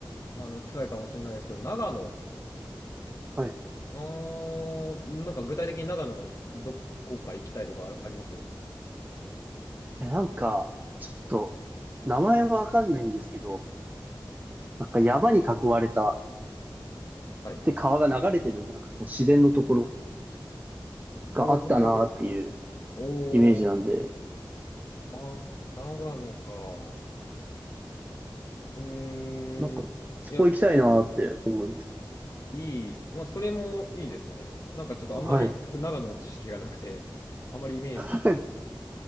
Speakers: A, on the left; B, on the right.
A: あの、近いかもしれないですけど、長野。
B: はい。
A: あー、なんか具体的に長野のどこか行きたいとかああります
B: え、なんか、ちょっと、名前はわかんないんですけど、なんか山に囲われた、
A: はい。
B: で、川が流れてる、なんかこう自然のところがあったなっていう
A: おー、おー、
B: イメージなんで、
A: あ、長野か。うーん。
B: なんか、そこ行きたいなって思います。
A: いや、いい。まあ、それもいいですね。なんかちょっとあんまり僕長野の知識がなくて、
B: はい。
A: あんまりイメージが。
B: <laughs>